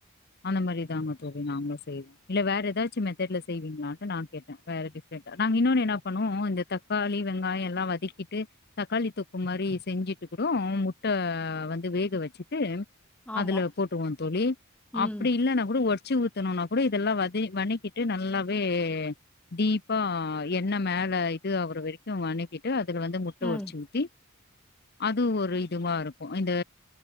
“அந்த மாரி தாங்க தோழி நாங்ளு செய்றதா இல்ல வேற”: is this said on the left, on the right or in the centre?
Left